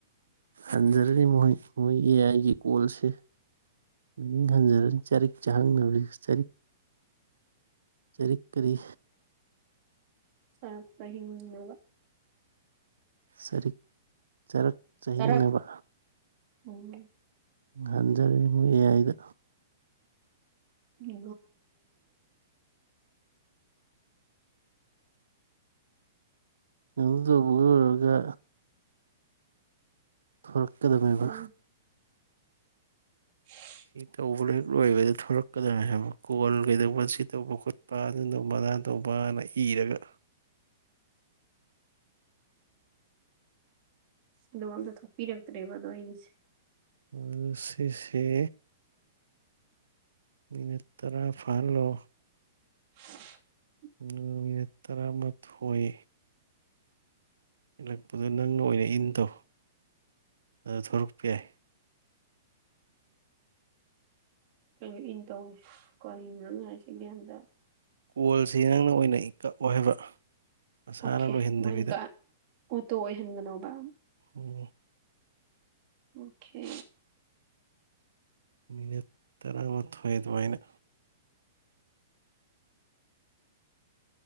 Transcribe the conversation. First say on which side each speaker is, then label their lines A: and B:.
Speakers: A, on the right; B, on the right.
A: ꯍꯟꯖꯔꯅꯤ ꯃꯣꯏ ꯃꯣꯏꯒꯤ ꯑꯦ ꯑꯥꯏꯒꯤ ꯀꯣꯜꯁꯦ ꯃꯤꯅꯤꯡ ꯍꯟꯖꯔꯅꯤ ꯆꯔꯤꯛ ꯆꯍꯥꯡꯅꯔꯤ ꯆꯔꯤꯛ ꯆꯔꯤꯛ ꯀꯔꯤ
B: ꯃꯔꯛ ꯆꯍꯤꯡꯅꯥꯕ
A: ꯆꯔꯤꯛ ꯆꯔꯛ ꯆꯥꯍꯤꯡꯅꯕ
B: ꯇꯔꯛ ꯎꯝ
A: ꯍꯟꯖꯔꯉ ꯑꯦ ꯑꯏꯗ
B: ꯆꯦ
A: ꯍꯗꯨ ꯎꯔꯒ ꯊꯣꯔꯛꯀꯗꯅꯦꯕ
B: ꯎꯝ <unintelligible>
A: ꯁꯤ ꯇꯧꯕ ꯂꯣ ꯍꯦꯛ ꯂꯣꯏꯕꯗ ꯊꯂꯛꯀꯗ꯭ꯔꯥ ꯍꯥꯏꯕ ꯀꯒꯣꯜ ꯀꯩꯗꯧꯕ ꯁꯤ ꯇꯧꯕ ꯈꯣꯠꯄ ꯑꯗꯨꯗꯕꯅꯥ ꯇꯧꯕꯅ ꯏꯔꯒ
B: ꯑꯗꯨꯒ ꯑꯝꯇ ꯊꯣꯛꯄꯤꯔꯛꯇ꯭ꯔꯦꯕ ꯑꯗꯣ ꯑꯩꯁꯦ
A: ꯎ ꯁꯤ ꯁꯤꯦ ꯃꯤꯅ ꯇꯔꯥ ꯐꯜꯂꯣ
B: <unintelligible>
A: ꯎꯝ ꯌꯦꯠꯇꯔ ꯊꯣꯏ ꯏꯠꯂꯛꯄꯗꯣ ꯅꯪꯅ ꯑꯣꯏꯅ ꯏꯟ ꯇꯧ ꯑꯗꯨ ꯊꯣꯔꯛꯄ ꯌꯥꯏ
B: ꯀꯩꯅꯣ ꯏꯟꯗꯧ ꯀ ꯉꯥꯏꯁꯤꯦ ꯟꯗ
A: ꯀꯣꯜꯁꯦ ꯅꯪꯅ ꯑꯣꯏꯅꯏ ꯇ ꯑꯣꯏ ꯍꯥꯏꯕ ꯃꯁꯥꯅ
B: ꯑꯣꯀꯦ
A: ꯂꯣꯏꯍꯟꯗꯕꯤꯗ
B: ꯃꯣꯏꯅ ꯑꯣꯇꯣ ꯑꯣꯏꯍꯟꯒꯅꯧꯕ
A: ꯎꯝ
B: ꯑꯣꯀꯦ
A: ꯃꯤ ꯇꯔꯥ ꯑꯃ ꯑꯗꯨ ꯋꯥꯩꯅ